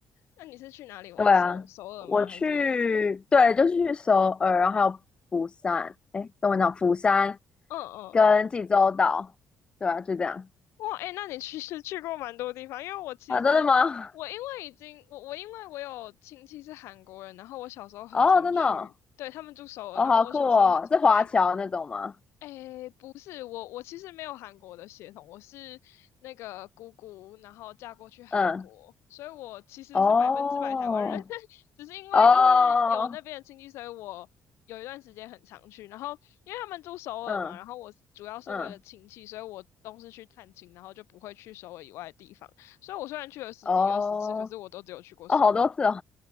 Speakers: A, on the left (about 80°); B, on the left (about 20°).
A: 那你是去哪里玩？
B: 对啊，
A: 首首尔吗？
B: 我去，
A: 还是
B: 对，就是去首尔，然后还有釜山，哎，跟我讲釜山
A: 嗯嗯
B: 跟济州岛，对啊，就这样。
A: 哇哎，那你其实去过蛮多地方，因为我其实我因为已经我我因为我有亲戚是韩国人，
B: 啊，真的吗？
A: 然后我小时候很常去，
B: 哦，真的哦，
A: 对，他们住首尔，
B: 哦，
A: 然后我小时候很常去，
B: 好酷哦，是华侨那种吗？
A: 诶，不是，我我其实没有韩国的血统，我是那个姑姑，然后嫁过去韩国，
B: 嗯，
A: 所以我其实是百分之百台湾人，
B: 哦，
A: <laughs> 只是因为就是有那边的亲戚，
B: 哦，
A: 所以我有一段时间很常去。然后因为他们住首尔嘛，
B: 嗯
A: 然后我主要是为了亲戚，
B: 嗯，
A: 所以我都是去探亲，然后就不会去首尔以外的地方。所以我虽然去了十几二十次，
B: 哦，
A: 可是我都只有去过首尔。
B: 哦，好多次哦，